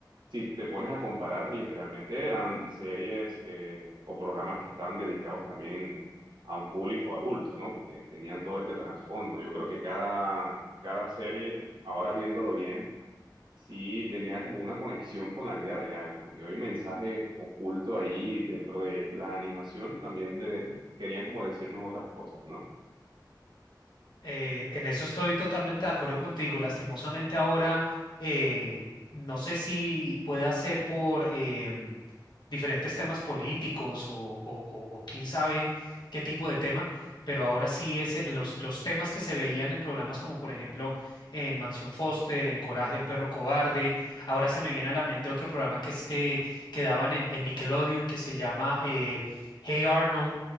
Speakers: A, on the right; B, on the left.
A: si te pones a comparar, literalmente eran series eh, o programas que estaban dedicados también a un público adulto, ¿no? Porque tenían todo este trasfondo. Yo creo que cada, cada serie, ahora viéndolo bien, sí tenía como una conexión con la vida real, como que hay un mensaje oculto ahí dentro de la animación, también de, querían como decirnos otras cosas, ¿no?
B: Eh, en eso estoy totalmente de acuerdo contigo. Lastimosamente ahora, eh, no sé si puede ser por em, diferentes temas políticos o, o- o- o quién sabe qué tipo de tema, pero ahora sí es, eh, los, los temas que se veían en programas como por ejemplo en Mansión Foster, en Coraje, el perro cobarde. Ahora se me viene a la mente otro programa que, es, eh, que daban en, en Nickelodeon que se llama eh, Hey Arnold.